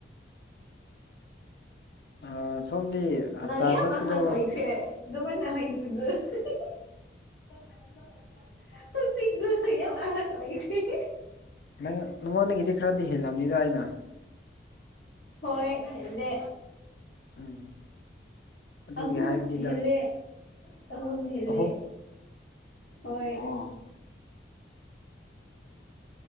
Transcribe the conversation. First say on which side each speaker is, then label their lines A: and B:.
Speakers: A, on the left; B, on the left.
A: ꯑ ꯁꯣꯝꯗꯤ
B: ꯅꯪ
A: ꯆꯥꯔꯖ
B: ꯌꯥꯝ
A: ꯆꯠꯄꯗꯣ
B: ꯑꯍꯟ ꯑꯣꯏꯈ꯭ꯔꯦ ꯑꯗꯨꯃꯥꯏꯅ ꯍꯩꯇꯗꯣ <unintelligible> ꯍꯧꯖꯤꯛꯗꯣ ꯌꯥꯝ ꯑꯍꯟ ꯑꯣꯏꯈꯔ‌ꯦ
A: ꯅꯪ ꯅꯪꯉꯣꯟꯗꯒꯤꯗꯤ ꯈꯔꯗꯤ ꯍꯦꯜꯂꯝꯅꯤꯗ ꯑꯩꯅ
B: ꯍꯣꯏ ꯍꯦꯟꯂꯦ
A: ꯎꯝ ꯑꯗꯨꯒꯤ
B: ꯑꯍꯨꯝ
A: ꯍꯥꯏꯕꯅꯤꯗ
B: ꯍꯦꯜꯂꯦ ꯑꯍꯨꯝ ꯍꯦꯜꯂꯦ
A: ꯑꯍꯨꯝ
B: ꯍꯣꯏ
A: ꯑꯣ